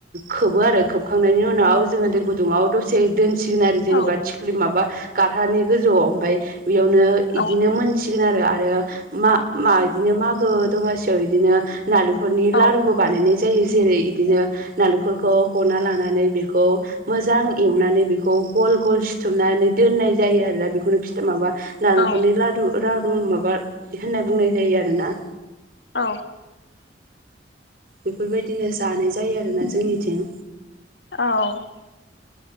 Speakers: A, on the right; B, on the left.
A: खोबो आरो खोबखांनायनि उनाव जोङो दै गुदुङाव दसे दोन सिगोन आरो जेनेबा
B: औ
A: थिख्लि माबा गारहानि गोजौआव ओमफाय बेयावनो
B: औ
A: इदिनो मोन सिगोन आरो आरो मा मा इदिनो मागो दमासियाव इदिनो नालेंखरनि लारुबो
B: औ
A: बानायनाय जायो जेरै इदिनो नालेंखरखौ हना ला नानै बेखौ मोजां एवनानै बेखौ गल गल सिथुमनानै दोननाय जायो आरो बिखौनो <unintelligible> माबा नालेंखरनि
B: औ
A: लादु लारु माबा होननाय बुंनाय जायो आरो ना।
B: औ
A: बेफोरबायदिनो जानाय जायो आरोना जोंनिथिं।
B: औ